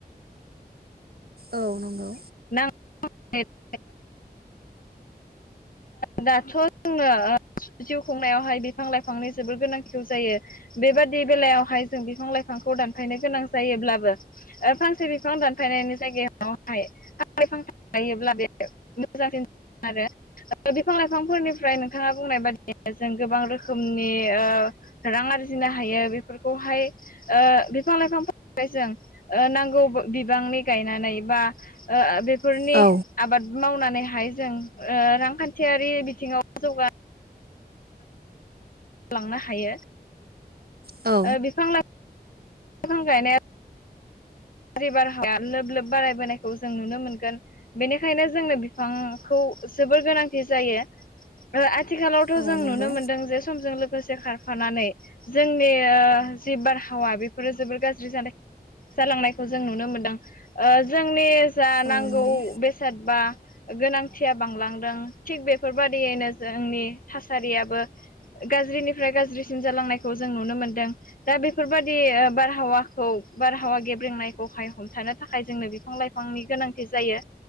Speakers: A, on the right (about 65°); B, on the left (about 60°).
A: औ नंगौ।
B: <unintelligible> दाथ' जोंनो ओ जिउ खुंनायावहाय बिफां लाइफांनि जोबोर गोनांथि जायो बेबादि बेलायावहाय जों बिफां लाइफां खौ दानफायनो गोनां जायोब्लाबो फांसे बिफां दान फायनायनि जायगायावहाय फांनै फांथाम गायोब्ला बे मोजांसिन जायो आरो बिफां लाइफांफोरनिफ्राय नोंथाङा बुंनाय बादिनो जों गोबां रोखोमनि ओ रां आरजि नो हायो बेफोरखौहाय ओ बिफां लाइफांहााय जों ओ नांगौ बि बिबांनि गायनानै बा ओ बेफोरनि
A: औ
B: आबाद मावनानैहाय जों ओ रांखान्थियारि बिथिङाव जौगा लांनो हायो
A: औ
B: ओ बिफां लाइ फां गायनाया बारहाया लोब लोब बारायबोनायखौ जों नुनो मोनगोन बेनिखायनो जोंनो बिफांखौ जोबोर गोनांथि जायो आथिखालावथ'
A: औ
B: जों
A: नंगौ
B: नुनो मोनदों जे समजों लो गोसे खारफानानै जोंनि ओ जि बारहावा बेफोरो जोबोर गाज्रि जानाय जालांनायखौ जों नुनो मोनदों ओ जोंनि जा
A: औ
B: नांगौ
A: नंगौ
B: बेसाद बा गोनांथिया बांलांदों थिग बेफोरबादियैनो जोंनि थासारियाबो गाज्रिनिफ्राय गाज्रिसिन जालांनायखौ जों नुनो मोनदों दा बेफोरबायदि ओ बारहावा खौ बारहावा गेब्रेंनायखौहाय हमथानो थाखाय जोंनो बिफां लाइफांनि गोनांथि जायो।